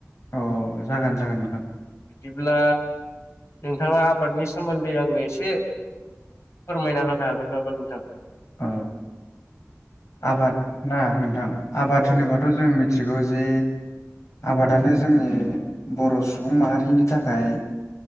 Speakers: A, on the left; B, on the left.
A: अ जागोन जागोन नोंथां।
B: बिदिब्ला नोंथाङा आबादनि सोमोन्दै आंनो एसे फोरमायना होनो हागोन नामा नोंथां?
A: औ
B: औ
A: आबाद ना नोंथां आबाद
B: औ
A: होनोबाथ' जों मिथिगौ जे आबादानो जोंनि बर' सुबुं माहारिनि थाखाय